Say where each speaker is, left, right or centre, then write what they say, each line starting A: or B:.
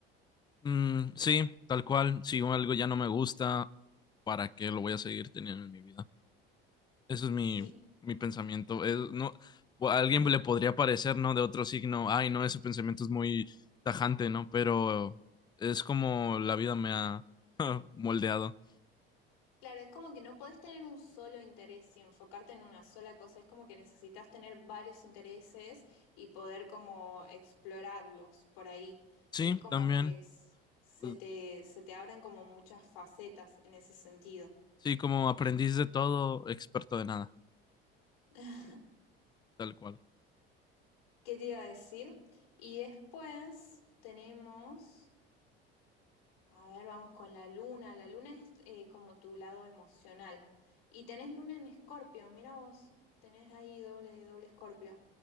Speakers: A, on the left; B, on the left.
A: Mm, sí, tal cual, si algo ya no me gusta, ¿para qué lo voy a seguir teniendo en mi vida? Eso es mi,
B: Sí,
A: mi pensamiento. Es- no, o a alguien le podría parecer, ¿no? De otro signo, ay, no, ese pensamiento es muy tajante, ¿no? Pero es como la vida me ha moldeado.
B: Claro, es como que no podés tener un solo interés y enfocarte en una sola cosa, es como que necesitas tener varios intereses y poder como explorarlos por ahí.
A: Sí,
B: Es como
A: también.
B: que s- se
A: pues,
B: te, se te abren como muchas facetas en ese sentido.
A: Sí, como aprendiz de todo, experto de nada,
B: <laughs>
A: tal cual.
B: ¿Qué te iba a decir? Y después tenemos... A ver, vamos con la luna. La luna es eh, como tu lado emocional. Y tenés luna en Escorpio, mira vos, tenés ahí doble, doble Escorpio.